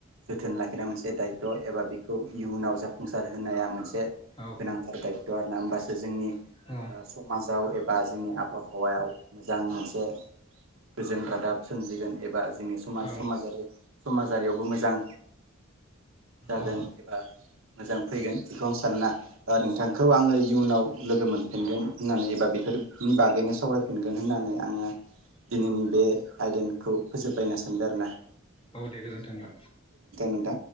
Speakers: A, on the right; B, on the left.
A: जोथोन लाखि बेनो मोनसे दायथ' एबा बेखौ इयुनाव जाफुंसार होनाया मोनसे
B: औ
A: गोनांथार दायथ' आरो ना होमबासो जोंनि
B: औ
A: समाजाव एबा जोंनि आबहावायाव मोजां मोनसे गोजोन रादाब सोमजिगोन एबा जोंनि समाज
B: औ
A: समाजारि समाजारियावबो मोजां जागोन
B: औ
A: एबा मोजां फैगोन बेखौ आं सानो ना नोंथांखौ आङो इयुनाव लोगो मोन फिनगोन होननानै एबा बेफोरनि बागै निस सावरायफिनगोन होननानै आङो दिनैनि बे आयदेनखौ फोजोबबाय होना सानो सानदो आरो ना
B: औ देखद थना
A: नोंथां।